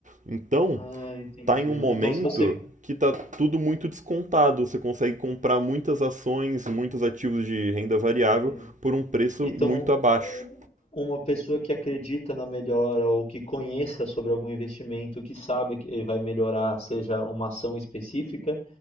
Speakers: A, on the right; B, on the left.
A: Então,
B: Ah, entendi.
A: tá em um momento
B: Então, se você
A: que tá tudo muito descontado, você consegue comprar muitas ações, muitos ativos de renda variável
B: É.
A: por um preço
B: Então,
A: muito abaixo.
B: uma pessoa que acredita na melhora ou que conheça sobre algum investimento, que sabe que vai melhorar, seja uma ação específica,